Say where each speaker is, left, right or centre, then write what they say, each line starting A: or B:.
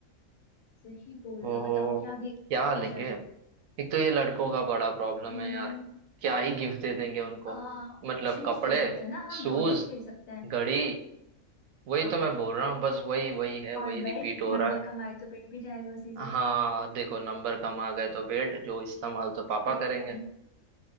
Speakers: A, on the left; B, on the right.
A: सही बोल
B: तो
A: रहे हो बताओ क्या दिया
B: क्या लेंगे
A: जाए
B: एक तो ये लड़कों का बड़ा प्रॉब्लम
A: हम्म
B: है यार क्या ही गिफ्ट दे देंगे उनको
A: आ
B: मतलब
A: शूज
B: कपड़े
A: दे सकते हैं ना हम
B: शूज
A: जॉर्डन्स दे सकते हैं
B: घड़ी वही
A: हाँ
B: तो मैं बोल रहा हूँ बस वही वही है
A: और
B: वही
A: बेल्ट
B: रिपीट हो
A: नंबर
B: रहा है
A: कमाए तो बेल्ट भी जाएगा उसी से
B: हाँ
A: <laughs>
B: देखो नंबर कम आ गए तो बेट जो इस्तेमाल तो पापा
A: To
B: करेंगे
A: in one